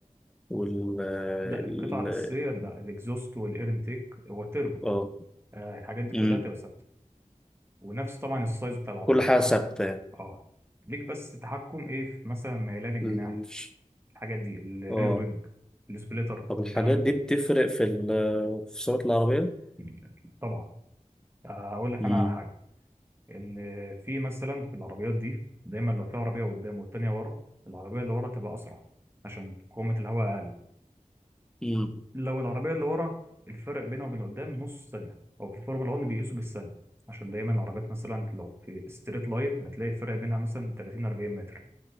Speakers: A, in the centre; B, on the right (about 20°).
A: وال ال-
B: لا القطعة الأساسية لا الإكزوست والإير انتيك والتربو
A: اه
B: آه الحاجات دي كلها
A: أمم.
B: تبقى ثابتة ونفس طبعا السايز بتاع العربية
A: كل حاجة ثابتة يعني
B: اه ليك بس تحكم إيه في مثلا ميلان الجناح
A: مش-
B: الحاجات دي الرير
A: اه
B: وينج السبليتر
A: طب الحاجات
B: الكلام ده كله
A: دي بتفرق في ال في سرعة العربية؟
B: مم، طبعا آه، أقول لك
A: أمم.
B: أنا على حاجة إن في مثلا في العربيات دي دايما لو في عربية قدام والتانية ورا العربية اللي ورا تبقى أسرع عشان قوة الهواء أقل
A: أمم.
B: لو العربية اللي ورا الفرق بينها وبين اللي قدام نص ثانية هو في الفورمولا 1 بيقيسوا بالثانية عشان دايما العربيات مثلا لو في ستريت لاين هتلاقي الفرق بينها مثلا 30 40 متر